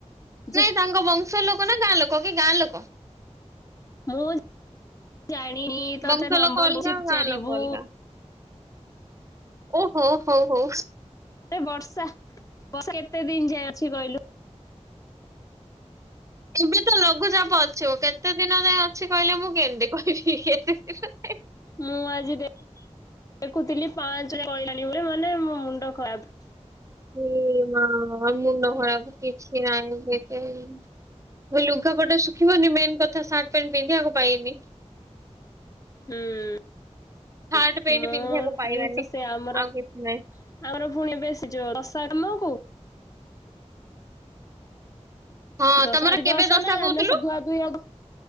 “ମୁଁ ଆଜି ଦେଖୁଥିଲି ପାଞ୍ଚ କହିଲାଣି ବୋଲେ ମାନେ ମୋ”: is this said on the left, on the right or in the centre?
Left